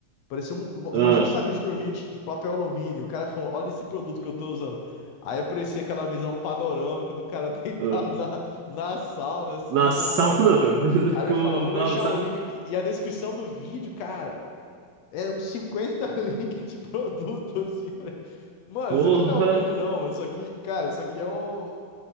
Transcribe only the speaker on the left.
Parecia um,
imagina um saco de dormir de, de papel alumínio. O cara falou, olha esse produto que eu tô usando. Aí aparecia aquela visão panorâmica do cara <laughs> deitado
na, na sauna, assim,
com,
com o negócio.
Aí
ele fala, vou deixar
o link aqui. E a descrição do vídeo, cara. Era uns 50 <laughs> links de produto, assim. Falei, mano,
isso aqui não é um vídeo, não, mano. Isso aqui, cara, isso aqui é um.